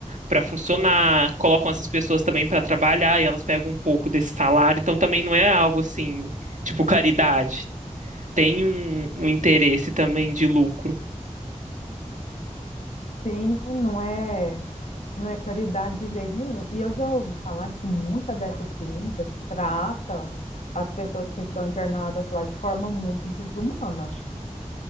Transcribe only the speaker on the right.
para funcionar, colocam essas pessoas também para trabalhar e elas pegam um pouco desse salário, então também não é algo assim, tipo caridade. Tem um, um interesse também de lucro.